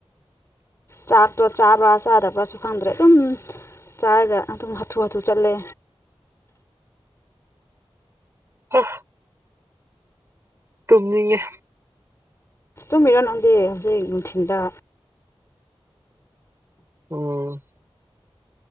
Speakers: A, on the left; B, on the right.
A: ꯆꯥꯛꯇꯣ ꯆꯥꯕ꯭ꯔꯥ ꯆꯥꯗꯕ꯭ꯔꯥꯁꯨ ꯈꯪꯗ꯭ꯔꯦ ꯑꯗꯨꯝ ꯆꯥꯔꯒ ꯑꯗꯨꯝ ꯍꯥꯊꯨ ꯍꯥꯊꯨ ꯆꯠꯂꯦ
B: ꯍꯥ ꯇꯨꯝꯅꯤꯡꯉꯦ
A: ꯇꯨꯃꯤꯔ ꯅꯪꯗꯤ ꯍꯧꯖꯤꯛ ꯅꯨꯡꯊꯤꯟꯗ
B: ꯎꯝ